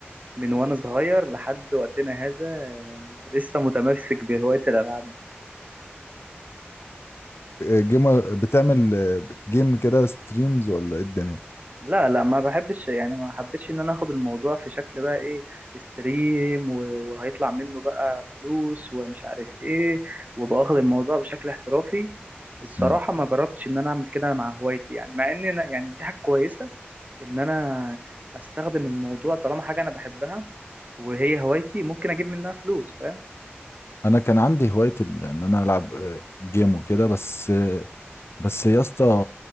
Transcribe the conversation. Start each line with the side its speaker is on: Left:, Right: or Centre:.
Right: من وانا صغير لحد وقتنا هذا آه، لسه متمسك بهواية الالعاب
Left: جيم بتعمل آه، جيم كده ستريمز ولا ايه الدنيا
Right: لا لا ما بحبش يعني ما حبيتش ان انا اخد الموضوع في شكل بقى ايه استريم و- وهيطلع منه بقى فلوس ومش عارف ايه وباخد الموضوع بشكل احترافي الصراحة
Left: امم
Right: ما جربتش إن أنا أعمل كده مع هوايتي يعني مع إن أنا يعني دي حاجة كويسة إن أنا أستخدم الموضوع طالما حاجة أنا بحبها وهي هوايتي ممكن أجيب منها فلوس فاهم
Left: انا كان عندي هوايه ال- ان انا العب آه، جيم وكده بس بس يا اسطى